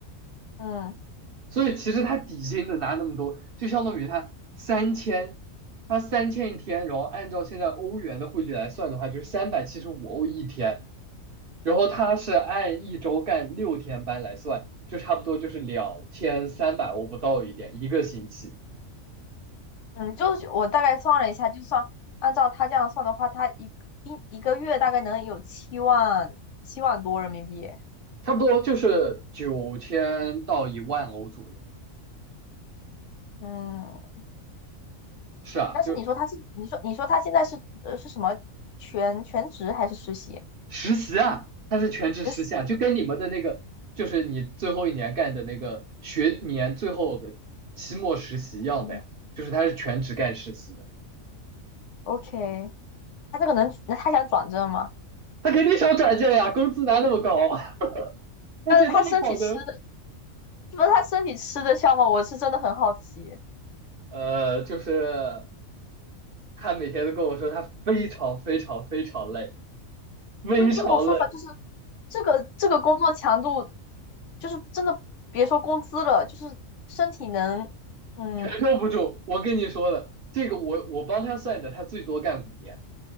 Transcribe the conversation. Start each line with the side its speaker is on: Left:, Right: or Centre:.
Left: 嗯
Right: 所以其实他底薪的拿那么多，就相当于他三千，他三千一天，然后按照现在欧元的汇率来算的话，就是三百七十五欧一天，然后他是按一周干六天班来算，就差不多就是两千三百欧不到一点，一个星期，
Left: 嗯，就是我大概算了一下，就算按照他这样算的话，他一一一个月大概能有七万七万多人民币耶
Right: 差不多就是九千到一万欧左右。
Left: 嗯，
Right: 是啊，
Left: 但是你说他是你说你说他现在是呃是什么全全职还是实习？
Right: 就实习啊，他是全职实习啊，
Left: 学习，
Right: 就跟你们的那个，就是你最后一年干的那个学年最后的期末实习一样的呀，
Left: 嗯
Right: 就是他是全职干实习的，
Left: ，OK，他这个能，他想转正吗？
Right: 他肯定想转正呀，工资拿那么高，<laughs> 而且那么好的，
Left: 但是他身体吃的，是不是他身体吃得消吗？我是真的很好奇。
Right: 呃，就是他每天都跟我说他非常非常非常累，非常累，
Left: 就这种说法，就是这个这个工作强度，就是真的别说工资了，就是身体能，嗯，
Right: 承受不住。我跟你说了，这个我我帮他算的，他最多干五年，